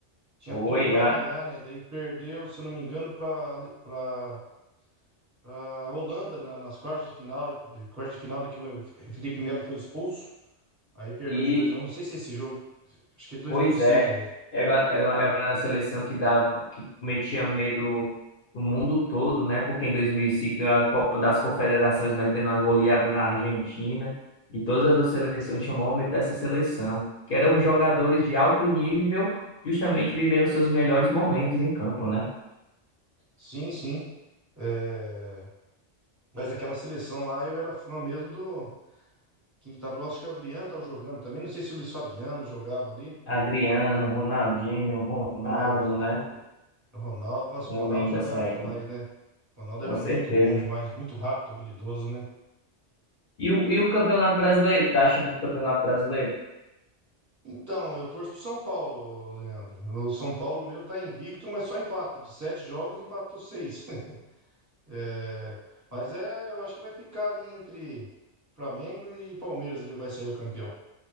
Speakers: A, on the right; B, on the left.
A: Tinha
B: Foi
A: tudo para
B: a...
A: ganhar, né? Daí perdeu, se eu não me engano, para Ah, a Holanda na- nas quartas de final, de- quartas de final, né, que o Felipe Melo foi expulso. Aí perdeu
B: E
A: de 2 a um. Não sei se é esse jogo, acho que é de dois
B: Pois
A: mil e seis
B: é,
A: mesmo.
B: era, uma- era, uma- era uma seleção que dava, que metia medo no mundo todo, né? Porque em 2005 ganhou a Copa das Confederações metendo uma goleada na Argentina e todas as outras seleções chamou medo dessa seleção, que eram jogadores de alto nível, justamente vivendo seus melhores momentos em campo, né?
A: Sim, sim. É, Mas aquela seleção lá eu era fã mesmo do quem que tava, eu acho que o Adriano tava jogando também, não sei se o Luiz Fabiano jogava ali.
B: Adriano, Ronaldinho, Ronaldo,
A: Ronaldo,
B: né?
A: Ronaldo, nossa,
B: Eu
A: o Ronaldo
B: lembro
A: jogava
B: dessa época,
A: demais, né? O Ronaldo
B: com
A: era
B: certeza.
A: muito bom demais, muito rápido, habilidoso, né?
B: E o, e o Campeonato Brasileiro, tá achando do Campeonato Brasileiro?
A: Então, eu torço pro São Paulo, Leandro. O São Paulo meu tá invicto, mas só empata. De sete jogos, empatou seis. É, mas é, eu acho que vai ficar ali entre Flamengo e Palmeiras, ele vai sair o campeão.